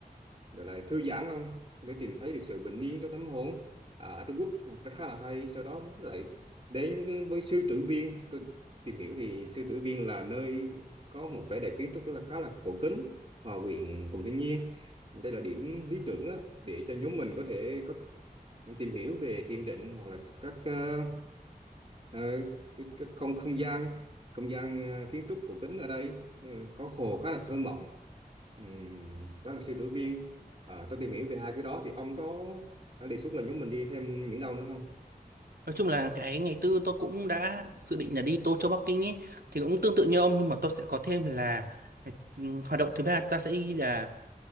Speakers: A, on the right (about 40°); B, on the right (about 85°).
A: gọi là thư giãn không có thể tìm thấy được sự bình yên trong tâm hồn à, ở Trung Quốc rất khá là hay sau đó lại đến với Sư Tử Viên tôi tìm hiểu thì Sư Tử Viên là nơi có một vẻ đẹp kiến trúc là khá là cổ kính hòa quyện cùng thiên nhiên đây là điểm lý tưởng á, để cho nhóm mình có thể có tìm hiểu về thiền định hoặc là các ờ, Ờ, cái- cái không không gian không gian à, kiến trúc cổ kính ở đây ừ, có hồ khá là thơ mộng Ừm, đó là sư tử viên à, tôi tìm hiểu về hai cái đó thì ông có đề xuất là nhóm mình đi thêm những đâu nữa không
B: nói chung là cái ngày tư tôi cũng đã dự định là đi Tô Châu Bắc Kinh ấy thì cũng tương tự như ông nhưng mà tôi sẽ có thêm là ngày- ừm, hoạt động thứ ba chúng ta sẽ đi là